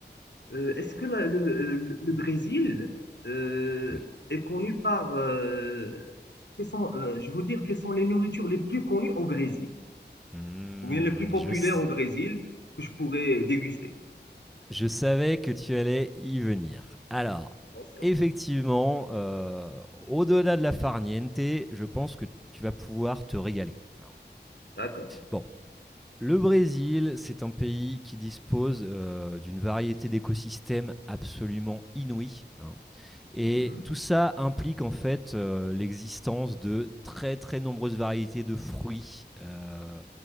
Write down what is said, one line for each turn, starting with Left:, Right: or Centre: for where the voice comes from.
Left: euh, est-ce que la- le, le- le Brésil euh,
Centre: Oui.
Left: est connu par... euh, quelles sont, euh, je veux dire, quelles sont les nourritures les plus connues au Brésil,
Centre: Hmm,
Left: ou bien les plus populaires
Centre: je, s-
Left: au Brésil que je pourrais déguster?
Centre: je savais que tu allais y venir. Alors,
Left: Bien sûr.
Centre: effectivement, euh, au-delà de la farniente, je pense que tu vas pouvoir te régaler. Hein.
Left: D'accord.
Centre: Bon, Le Brésil, c'est un pays qui dispose euh, d'une variété d'écosystèmes absolument inouïe. hein. Et
Left: Mhm.
Centre: tout ça implique en fait euh, l'existence de très très nombreuses variétés de fruits, euh,